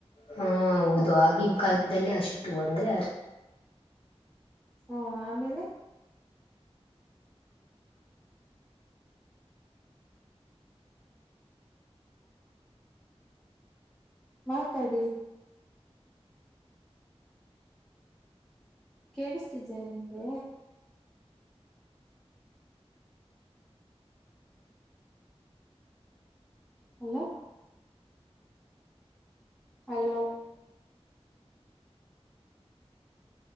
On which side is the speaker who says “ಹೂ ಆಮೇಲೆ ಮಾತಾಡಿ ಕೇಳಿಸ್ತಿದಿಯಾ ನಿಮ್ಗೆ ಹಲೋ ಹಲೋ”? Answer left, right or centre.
Centre